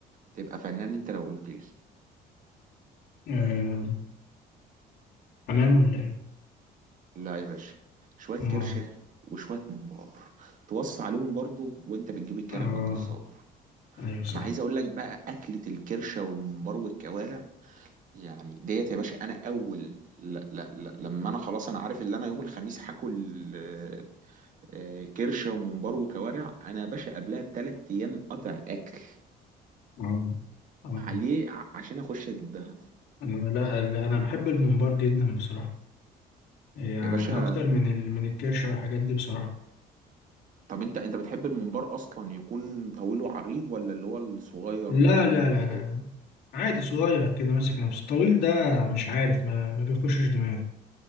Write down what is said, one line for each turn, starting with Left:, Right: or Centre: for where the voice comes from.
Right: تبقى فنان انت لو قلت لي
Left: آه، حمام ولا ايه
Right: لا يا باشا شوية
Left: ما
Right: كرشة وشوية ممبار توصي عليهم برضو وانت بتجيب الكرع
Left: اه
Right: من الجزار
Left: ايوه صح
Right: انا عايز اقول لك بقى اكلة الكرشة والممبار والكوارع يعني ديت يا باشا انا اول لا لا لا لما انا خلاص انا عارف ان انا يوم الخميس هاكل آه، آه، كرشة وممبار وكوارع انا يا باشا قبلها بثلاث ايام قطع اكل
Left: اه اه
Right: عليه ع- عشان اخش ادبها
Left: أنا- لا لا، انا بحب الممبار جدا بصراحه يعني
Right: يا باشا
Left: اكتر من ال... من الكرش والحاجات دي بصراحة
Right: طب انت انت بتحب الممبار اصلا يكون طويل وعريض ولا اللي هو الصغير
Left: لا
Right: ده المخطوط
Left: لا لا لا عادي صغير كده ماسك نفسه الطويل ده مش عارف ما, ما بيخشش دماغي